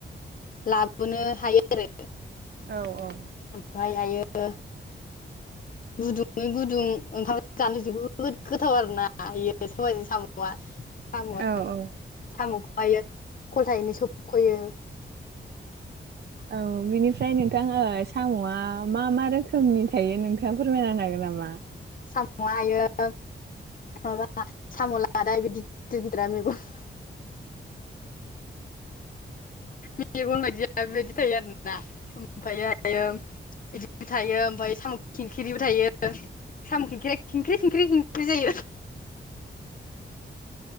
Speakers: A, on the left; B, on the right.
A: लाबोनो हायो आरो।
B: औ औ।
A: ओमफायहायो गुदुङै गुदुं ओंखामजों जानो जोबोद गोथाव आरोना बेयो सबायइजों साम'आ। साम'आ
B: औ औ
A: साम'खौहायो खलथायैनो सोबख'यो।
B: औ बिनिफ्राय नोंथां ओ साम'आ मा मा रोखोमनि थायो नोंथाङा फोरमायना होनो हागोन नामा?
A: साम'हायो माबा साम' लादाइ बे गिदिर गिदिरा मेगन मेगन बायदि बेबायदि थायो आरोना ओमफायहायो बिदिबो थायो ओमफ्राय साम' खिंखिरिबो थायो। साम' खिंख्रिया खेंख्रि खेंख्रि खेंख्रि जायो।